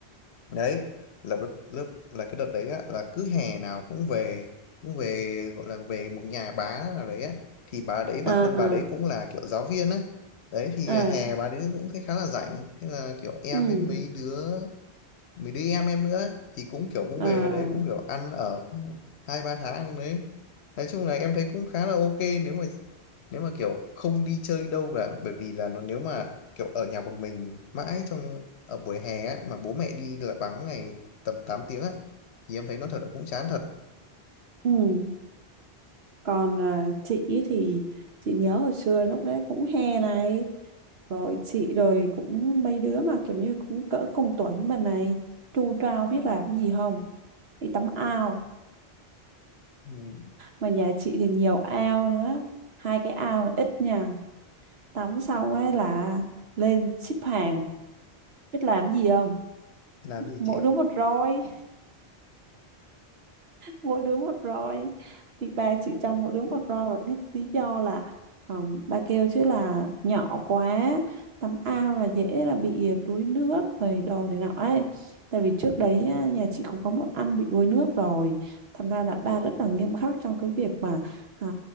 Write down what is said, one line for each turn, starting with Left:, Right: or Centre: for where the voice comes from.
Left: đấy là lớp lớp- là cái đợt đấy á, là cứ hè nào cũng về cũng về gọi là về một nhà bá nào đấy á thì bà đấy bản
Right: à
Left: thân bà đấy cũng là kiểu giáo viên á đấy thì
Right: à
Left: à, hè bà đấy cũng khá khá là rảnh thế là kiểu em
Right: ừ
Left: với mấy đứa mình đi em em nữa thì cũng kiểu cũng
Right: à
Left: về đấy cũng kiểu ăn ở hai ba tháng đấy nói chung là em thấy cũng khá là ok nếu mà nếu mà kiểu không đi chơi đâu cả bởi vì là nó nếu mà kiểu ở nhà một mình mãi trong ở buổi hè á, mà bố mẹ đi là vắng ngày tầm 8 tiếng á thì em thấy nó thật là cũng chán thật
Right: ừ còn à, chị ý thì chị nhớ hồi xưa lúc đấy cũng hè này rồi chị rồi cũng mấy đứa mà kiểu như cũng cỡ cùng tuổi như mình này tu trao biết làm gì không đi tắm ao
Left: ừ.
Right: mà nhà chị thì nhiều ao nữa hai cái ao là ít nha tắm xong ấy là lên xếp hàng biết làm gì không
Left: làm gì
Right: mỗi
Left: chị
Right: đứa một roi mỗi đứa một roi thì ba chị Trong mỗi đứa một roi và lý, lý do là ừm, ba kêu chứ là nhỏ quá tắm ao là dễ là bị đuối nước rồi đồ này nọ ấy tại vì trước đấy á, nhà chị cũng có một anh bị đuối nước rồi thành ra là ba rất là nghiêm khắc trong cái việc mà à,